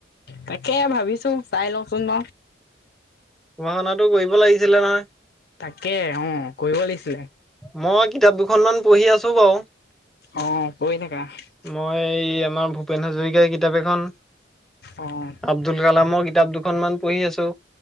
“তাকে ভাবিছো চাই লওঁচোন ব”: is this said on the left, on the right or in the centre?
Left